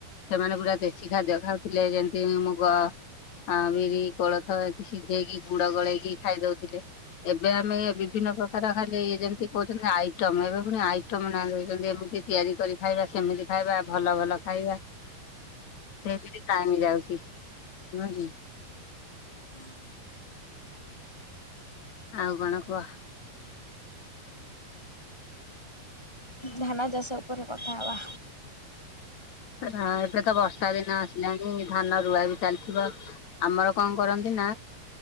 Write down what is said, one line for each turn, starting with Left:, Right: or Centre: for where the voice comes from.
Left: ସେମାନେ ପୁରା ଦେଶୀ ଖାଦ୍ୟ ଖାଉଥିଲେ, ଯେମତି ମୁଗ ଆଉ ବିରି କୋଳଥ ଏ ସିଝେଇକି ଗୁଡ ଗଳେଇକି ଖାଇ ଦଉଥିଲେ। ଏବେ ଆମେ ବିଭିନ୍ନ ପ୍ରକାର ଖାଲି ଯେମିତି କହୁଚନ୍ତି ଆଇଟମ ଏବେ ପୁଣି ଆଇଟମ ଉଛନ୍ତି ଏମିତି ତିଆରି କରି ଖାଇବା ସେମିତି ଖାଇବା ଭଲ ଭଲ ଖାଇବା। ସେଇଥିରେ ଟାଇମ ଯାଉଚି ନୁହ କି?
Centre: ହ।
Left: ଆଉ କଣ କୁହ?
Centre: ଧାନ ଚାଷ ଉପରେ କଥା ହେବା।
Left: ଏବେ ତ ବର୍ଷା ଦିନ ଆସିଲାଣି ଧାନ ରୁଆ ବି ଚାଲିଥିବ ଆମର କଣ କରନ୍ତି ନା